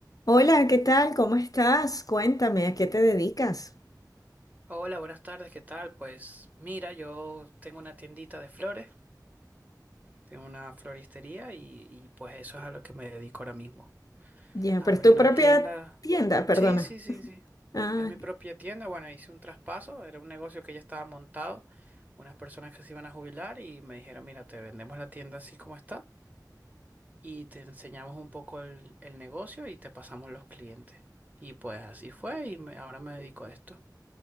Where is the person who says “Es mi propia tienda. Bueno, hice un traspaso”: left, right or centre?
Right